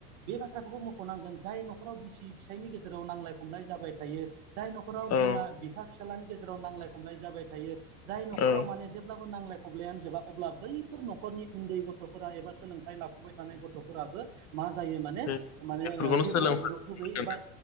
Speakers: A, on the right (about 60°); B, on the left (about 35°).
A: बे बाथ्राखौबो मख'नांगोन जाय न'खराव बिसि फिसायनि गेजेराव नांलाय खमलाय जाबाय थायो जाय न'खराव
B: औ
A: बिमा बिफा फिसालानि गेजेराव नांलाय खमलाय जाबाय थायो जाय नख'राव
B: औ
A: माने जे जेब्लाबो नांलाय खबलायानो जोबा अब्ला बैफोर न'खरनि उन्दै गथ'फोरा एबा सोलोंथाइ लाफुबाय थानाय गथ'फोराबो मा जायो माने
B: बे
A: माने
B: बेफोरखौनो
A: जेबो गुरुक्थ'
B: सोलोंफानांगोन
A: गैयै एबा